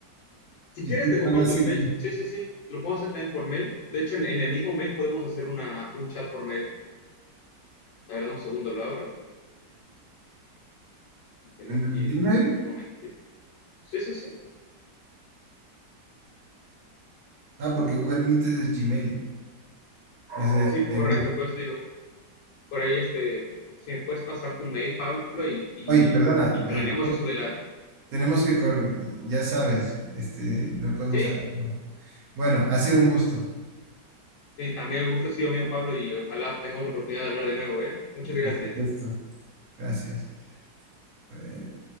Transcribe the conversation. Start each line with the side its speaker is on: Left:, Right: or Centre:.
Left: Si
Right: Y
Left: quieres,
Right: tú
Left: te comparto
Right: mandas
Left: mi
Right: el,
Left: mail. Sí, sí, sí. Lo puedo hacer también por mail. De hecho, en, en el mismo mail podemos hacer una, un chat por mail. La verdad, un segundo lo abro. Tengo
Right: en
Left: aquí
Right: el Gmail.
Left: un momentito. Sí, sí, sí.
Right: Ah, porque Google Meet es de Gmail. Es de,
Left: Sí,
Right: de
Left: correcto,
Right: Google.
Left: pues digo. por ahí, este, si me puedes pasar tu mail, Pablo, y, y,
Right: Oye, perdona.
Left: y planeamos
Right: eh,
Left: eso de la...
Right: tenemos que, cor- ya sabes, este, no podemos
Left: Sí,
Right: hablar más. Bueno, ha sido un gusto,
Left: sí, también el gusto ha sido mío, Pablo, y ojalá tengamos la oportunidad de hablar de nuevo, ¿eh? Muchas gracias.
Right: por supuesto. Gracias. Eh,